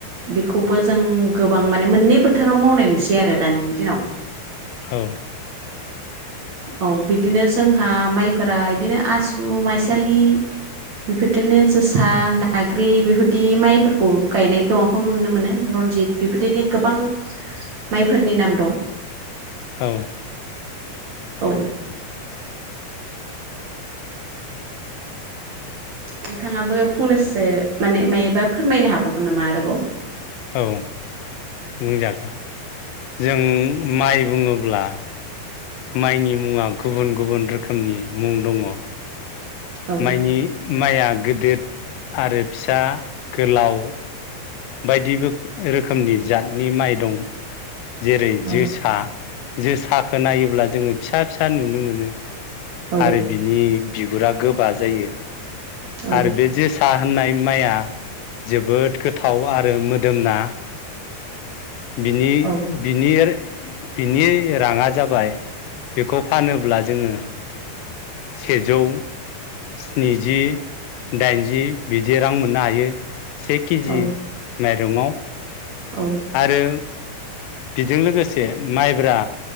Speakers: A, on the right; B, on the left.
A: बेखौबो जों गोबां माने मोननै बोथ बोथोराव मावनाय नुसै आरो दानि दिनाव।
B: औ
A: औ बिदिनो जोंहा माइफोरा इदिनो आसु माइसालि बेफोरदिनो जोसा नाग्रि बेफोरदि माइफोरखौ गायनाय गोबांखौ नुनो मोनो रनजित बेफोरदिनो गोबां माइफोरनि नाम दं।
B: औ
A: औ नोंथाङाबो फंनैसो माने मायोबा फोरमायनो हाबावगोन नामा आरोबाव?
B: औ बुंजागोन जों माइ बुङोब्ला माइनि मुङा गुबुन गुबुन रोखोमनि मुं दङ।
A: औ
B: माइनि माइया गेदेद आरो फिसा गोलाव बायदि रोखम रोखोमनि जातनि माइ दं जेरै
A: औ
B: जोसा जोसाखौ नायोब्ला जोङो फिसा फिसा नुनो मोनो
A: औ
B: आरो बिनि बिगुरा गोबा जायो
A: औ
B: आरो बेे सा होननाय माइया जोबोद गोथाव गोथाव आरो मोदोमना बिनि
A: औ
B: बिनि आरो बिनि राङा जाबाय बेखौ फानोब्ला जोङो सेजौ स्निजि दाइनजि बिदि रां मोननो हायो। सेखिजि
A: औ
B: माइरङाव
A: औ
B: आरो बेजों लोगोसे माइब्रा